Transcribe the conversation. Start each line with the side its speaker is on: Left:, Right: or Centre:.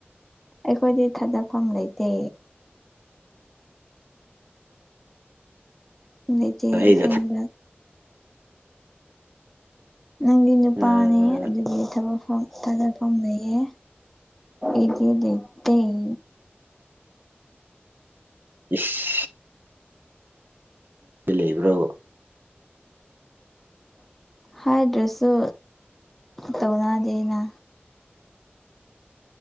Centre: ꯑꯩꯈꯣꯏꯗꯤ ꯊꯥꯗꯐꯝ ꯂꯩꯇꯦ ꯑꯩꯆꯦ
Right: ꯑꯩꯅ
Centre: ꯑꯁꯦꯡꯕ ꯅꯪꯗꯤ꯫ ꯅꯨꯄꯥꯅꯦ
Right: ꯎꯝ
Centre: ꯑꯗꯨꯒꯤ ꯊꯕꯛꯐꯝ ꯇꯗ ꯐꯝ ꯂꯩꯌꯦ ꯏꯗꯤ ꯂꯩꯇꯩ
Right: ꯏꯁ ꯂꯩꯕ꯭ꯔꯣ
Centre: ꯍꯥꯏꯗ꯭ꯔꯁꯨ ꯇꯧꯅꯗꯦ ꯅ